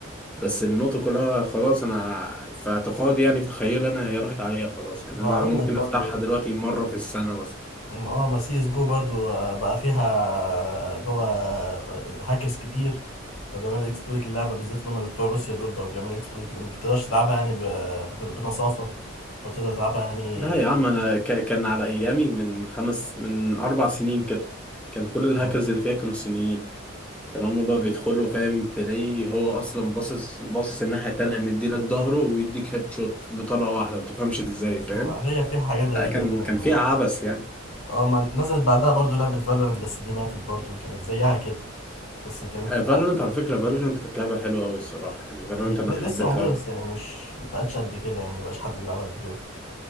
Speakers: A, in the centre; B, on the left (about 85°).
A: بس النقطه كلها خلاص انا في اعتقادي يعني في تخيلي انا هي راحت عليها خلاص يعني
B: وهقول
A: انا ممكن
B: لك برضو
A: افتحها دلوقتي مره في السنه مثلا
B: اه ما سي اس جو برضو آه، بقى فيها آه، اللي هو هاكرز كتير فبيعملوا اكسبلويت للعبه بالذات اللي هم اللي بتوع روسيا دول بقى بيعملوا اكسبلويت ما بتقدرش تلعبها يعني ب- ب- بنصافه فبتقدر تلعبها يعني
A: لا يا عم انا ك- كان على ايامي من خمس من اربع سنين كده كان كل الهاكرز
B: اه
A: اللي فيها كانوا صينيين كانوا هما بقى بيدخلوا فاهم تلاقيه هو اصلا باصص باصص الناحيه التانيه مديلك ظهره ويديك هيد شوت بطلقه واحده ما تفهمش ازاي فاهم
B: ما هي فيها حاجات غريبة
A: لا كان
B: كده
A: كان فيها عبث يعني
B: اه ما نزلت بعدها برضو لعبة فالورانت بس دي ماتت برضو كانت زيها كده بس كانت
A: فالورنت على فكره فالورنت كانت لعبه حلوه قوي الصراحه يعني فالورنت
B: هي
A: انا
B: ل-
A: حبيتها
B: لسه موجودة
A: أوي.
B: بس يعني مش مبقتش قد كده يعني مبقاش حد بيلعبها قد كده